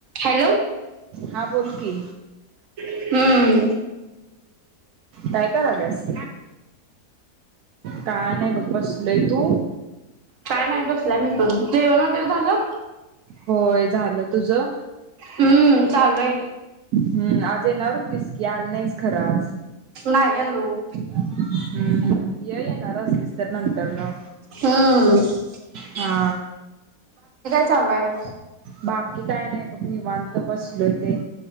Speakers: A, on the right (about 55°); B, on the right (about 80°).
A: Hello
B: हा बोल की
A: हम्म
B: काय कराल्यास? काय नाही बसलोय तू
A: काय नाही बसलाय मी जेवण वगैरे झालं
B: होय झालं तुझं
A: हम्म चालू आहे
B: हम्म आज येणार होतीस की आल नाहीस खरं आज
A: नाही आलो ह
B: हम ह ये येणार आलीस तर नंतर न
A: हम्म
B: हा
A: चालाय
B: बाकी काय नाही बघ मी निवांतत बसलोय ते